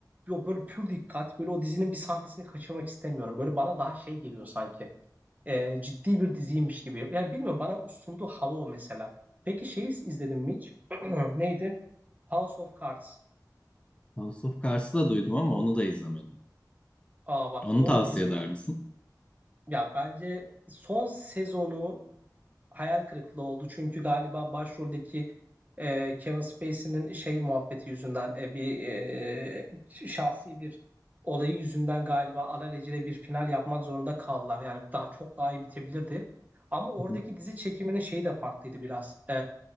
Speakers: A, on the right; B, on the left.
A: yo, böyle pür dikkat böyle o dizinin bir sahnesini kaçırmak istemiyorum. Böyle bana daha şey geliyor sanki e, ciddi bir diziymiş gibi. Yani bilmiyorum bana sunduğu hava o mesela. Peki şeyi izledim mi hiç? <clears throat> Neydi? House of Cards.
B: House of Cards'ı da duydum ama onu da izlemedim.
A: Aa bak
B: Onu
A: o
B: tavsiye
A: dizi
B: eder misin?
A: ya bence son sezonu hayal kırıklığı oldu. Çünkü galiba başroldeki e, Kevin Spacey'nin şey muhabbeti yüzünden e, bir e, şahsi bir olayı yüzünden galiba alelacele bir final yapmak zorunda kaldılar. Yani daha çok daha iyi bitebilirdi. Ama oradaki
B: Hı hı.
A: dizi çekiminin şeyi de farklıydı biraz. E,